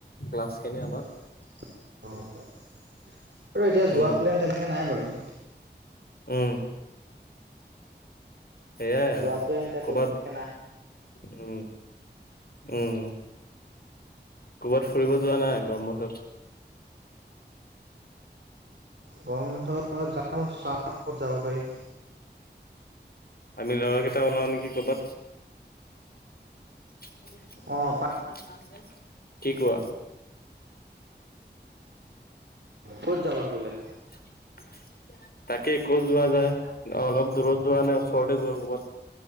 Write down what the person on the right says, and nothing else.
অ আৰু এতিয়া
যোৱা প্লেন তেনেকে নাই বাৰু
যোৱা প্লেন এতিয়া ক'ত
নাই।
গৰম বন্ধত যাও চাও কত যাব পাৰি
অ পাৰি।
ক'ত যাবা গলে।